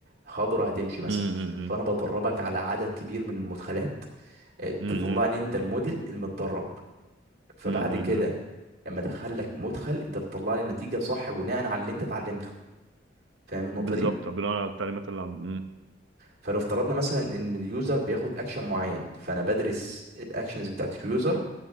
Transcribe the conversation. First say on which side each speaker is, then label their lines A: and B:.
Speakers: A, on the right; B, on the right.
A: خضرة هتمشي مثلا
B: امم
A: ف- فانا بدربك على عدد كبير من المدخلات آه،
B: امم
A: تطلعني انت الموديل المتدرب فبعد
B: امم
A: كده لما ادخل لك مدخل انت بتطلع لي النتيجه صح بناء على اللي انت اتعلمته فاهم النقطه
B: بالظبط
A: دي
B: بناء على التعليمات اللي عند مم.
A: فلو افترضنا مثلا ان اليوزر بياخد اكشن معين فانا بدرس الاكشنز بتاعت اليوزر